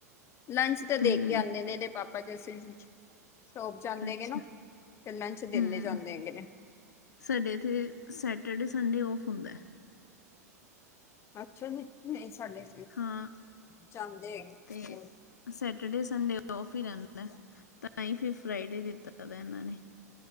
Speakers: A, on the left; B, on the left.
A: ਲੰਚ ਤੇ ਦੇਖ
B: ਹੂੰ
A: ਕੇ ਆਉਂਦੇ ਨੇ, ਇਹਦੇ ਪਾਪਾ ਜੀ। ਸ਼ੋਪ ਜਾਂਦੇ
B: ਅੱਛਾ
A: ਨੇ ਨਾ ਫਿਰ ਲੰਚ ਦਿੰਦੇ।
B: ਹੂੰ
A: ਜਾਂਦੇ ਹੈਗੇ ਨੇ
B: ਸਾਡੇ ਇੱਥੇ ਸੈਟਰਡੇ ਸੰਡੇ ਔਫ ਹੁੰਦਾ।
A: ਅੱਛਾ ਜੀ ਨਹੀਂ ਸਾਡੇ,
B: ਹਾਂ
A: ਜਾਂਦੇ ਹੈਗੇ
B: ਤੇ, ਸੈਟਰਡੇ ਸੰਡੇ ਉਫ ਹੀ ਰਹਿੰਦਾ, ਤਾਂ ਹੀ ਫਿਰ ਫਰਾਈਡੇ ਦਿੱਤਾ ਦਾ ਇਹਨਾਂ ਨੇ